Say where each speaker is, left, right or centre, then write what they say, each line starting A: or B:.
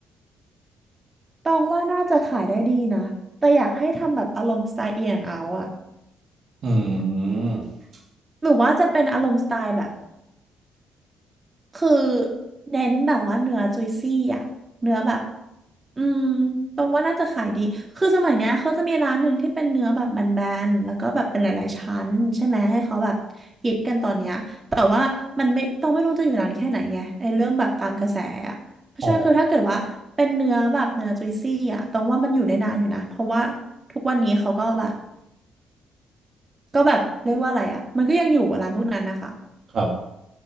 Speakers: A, on the right; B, on the right.
A: ตองว่าน่าจะขายได้ดีนะ แต่อยากให้ทำแบบอารมณ์สไตล์เอียนเอาอะ
B: อืม
A: หรือว่าจะเป็นอารมณ์สไตล์แบบ คือเน้นแบบว่าเนื้อจุยซี่อ่ะเนื้อแบบอืมตรงว่าน่าจะขายดีคือสมัยเนี้ยเขาจะมีร้านหนึ่งที่เป็นเนื้อแบบแบนๆแล้วก็แบบเป็นหลายๆชั้นใช่ไหมให้เขาแบบฮิตกันตอนเนี้ยแต่ว่ามันไม่ต้องไม่รู้จะอยู่นานแค่ไหนไงไอ้เรื่องแบบตามกระแสอะเพราะฉะนั้นคือถ้าเกิดว่าเป็นเนื้อแบบเนื้อจุยซี่อ่ะตรงว่ามันอยู่ได้นานอยู่นะเพราะว่า
B: อ๋อ
A: ทุกวันนี้เขาก็แบบก็แบบเรียกว่าอะไรอ่ะมันก็ยังอยู่อะร้านพวกนั้นนะคะ
B: ครับ